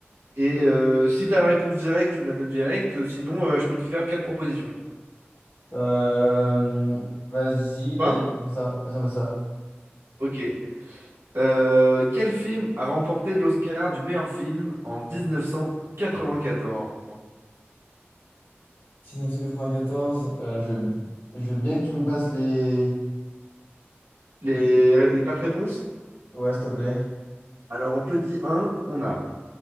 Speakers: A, on the right; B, on the left.
A: et euh, si t'as la réponse directe, tu me la donnes directe. Sinon, euh, je peux te faire quatre propositions.
B: Euh, vas-y, vas-y,
A: Enfin,
B: on fait ça. Vas-y, on fait ça.
A: ok. Euh, quel film a remporté l'Oscar du meilleur film en 1994?
B: 1994, euh, je, je veux bien que tu me passes les...
A: Les,
B: les-
A: les quatre réponses?
B: Ouais, s'il te plaît.
A: Alors en petit un, on a